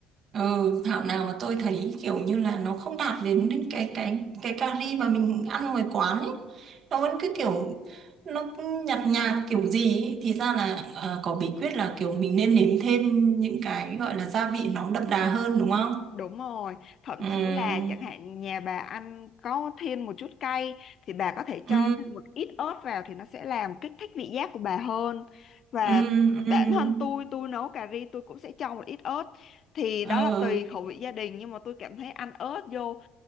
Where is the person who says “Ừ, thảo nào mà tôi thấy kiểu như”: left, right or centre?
Right